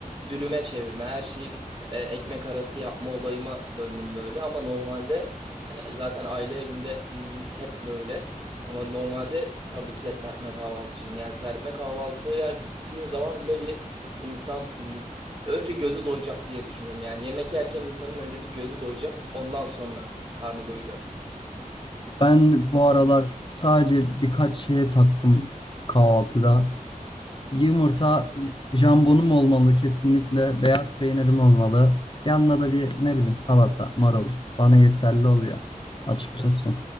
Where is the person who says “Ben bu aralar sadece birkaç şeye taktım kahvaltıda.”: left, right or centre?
Left